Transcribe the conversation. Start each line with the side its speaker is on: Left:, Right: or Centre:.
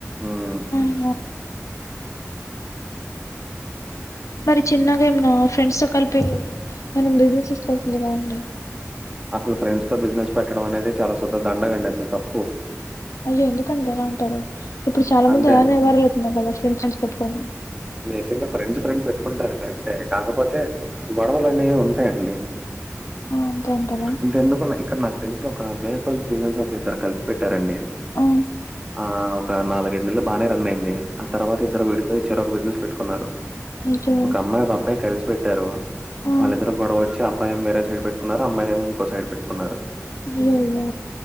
Right: ఊమ్
Left: ఆ మరి చిన్నగా ఏమన్నా ఫ్రెండ్స్తో కలిపి ఏమన్న బిజినెస్ చేస్కోవాల్సిందిగా అండి
Right: అసలు ఫ్రెండ్స్తో బిజినెస్ పెట్టడం అనేది చాలా సుద్ద దండగండి అది తప్పు
Left: అయ్యో ఎందుకండి అలా అంటారు ఇప్పుడు చాలా
Right: అంతే
Left: మంది అలానే
Right: అండి.
Left: ఎవ్వారాలు ఎస్తున్నారు కదా ఫ్రెండ్స్ ఫ్రెండ్స్ పెట్టుకొని
Right: భేసింగ్గ ఫ్రెండ్స్ ఫ్రెండ్స్ పెట్టుకుంటారు కరెక్టే కాకపోతే గొడవలు అనేవి ఉంటాయండి
Left: ఆ అంతే అంటారా
Right: అంత ఎందుకు నాకు ఇక్కడ నాకు తెలిసిన ఒక మేపల్స్ బిజినెస్ ఒక ఇద్దరు కలిసి పెట్టారండి
Left: ఆ
Right: ఆ ఒక నాలుగైఐదు నెల్లు బానే రన్ అయింది ఆ తర్వాత ఇద్దరు విడిపోయి చెరొక్క బిజి నెస్ పెట్టుకున్నారు
Left: అయ్యో
Right: ఒక అమ్మాయి ఒక అబ్బాయి కలిసి పెట్ టారు
Left: ఆ
Right: వాళ్ళిద్దరు గొడవొచ్చి అబ్బయేం వేరే సైడ్ పెట్టున్నారు అమ్మాయేం ఇంకో సైడ్ పెట్ కున్నారు
Left: అయ్యయ్యో